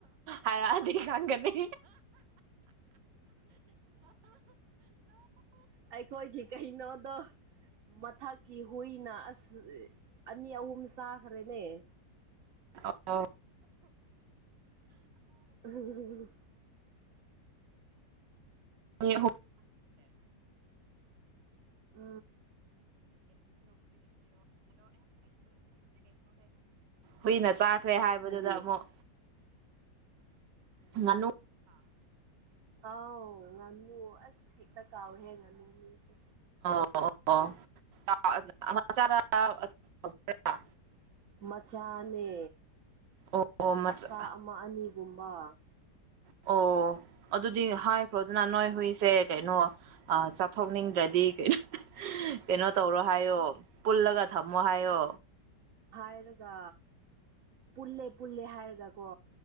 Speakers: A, on the right; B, on the right.
A: ꯍꯥꯏꯔꯗꯤ ꯉꯪꯒꯅꯤ
B: ꯑꯩꯈꯣꯏꯒꯤ ꯀꯩꯅꯣꯗꯣ ꯃꯊꯛꯀꯤ ꯍꯨꯏꯅ ꯑꯁ ꯑꯅꯤ ꯑꯍꯨꯝ ꯆꯥꯈ꯭ꯔꯦꯅꯦ
A: ꯑ ꯑꫭ
B: ꯑꯍ ꯑꯍ ꯑꯍ
A: ꯃꯤ ꯑꯍꯨꯝ
B: ꯑ
A: ꯍꯨꯏꯅ ꯆꯥꯛ ꯈ꯭ꯔꯦ ꯍꯥꯏꯕꯗꯨꯗ
B: ꯀꯔꯤ
A: ꯑꯃꯨꯛ ꯉꯅꯨ
B: ꯑꯥꯎ ꯉꯅꯨ ꯑꯁ ꯍꯦꯛꯇ ꯀꯥꯎꯋꯤ ꯍꯦ ꯉꯅꯨꯁꯦ
A: ꯑꯣ ꯑꯣ ꯃꯆꯥꫪ
B: ꯃꯆꯥꯅꯦ
A: ꯑꯣ ꯃꯆꯥ
B: ꯍꯞꯇꯥ ꯑꯃ ꯑꯅꯤꯒꯨꯝꯕ
A: ꯑꯣ ꯑꯗꯨꯗꯤ ꯍꯥꯏꯈ꯭ꯔꯣ ꯗꯅ ꯅꯣꯏ ꯍꯨꯏꯁꯦ ꯀꯩꯅꯣ ꯆꯥꯊꯣꯛꯅꯤꯡꯗ꯭ꯔꯗꯤ ꯀꯩꯅꫭ ꯀꯩꯅꯣ ꯇꯧꯔꯣ ꯍꯥꯏꯌꯣ ꯄꯨꯜꯂꯒ ꯊꯝꯃꯣ ꯍꯥꯏꯌꯣ
B: ꯍꯥꯏꯔꯒ ꯄꯨꯜꯂꯦ ꯄꯨꯜꯂꯦ ꯍꯥꯏꯔꯒ ꯀꯣ